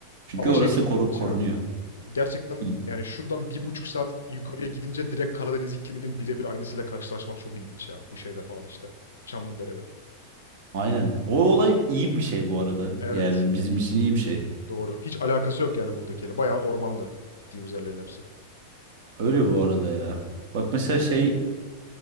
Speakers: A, on the right; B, on the left.
A: Çünkü
B: Ama
A: orası
B: şey çok
A: koru-
B: ilginç
A: korunuyor.
B: ya. Gerçekten
A: Hı.
B: yani şuradan bir buçuk saat yukarıya gidince direkt Karadeniz ikliminin birebir aynısıyla karşılaşmak çok ilginç ya. Bu şeyde falan işte. Çamlıdere'de.
A: Aynen. O olay
B: Hiç-
A: iyi bir şey bu arada.
B: Evet.
A: Yani bizim için iyi bir şey.
B: Doğru. Hiç alakası yok yani buradakiyle. Bayağı ormanlı gittiğimiz yerlerin hepsi.
A: Öyle bu arada ya. Bak mesela şey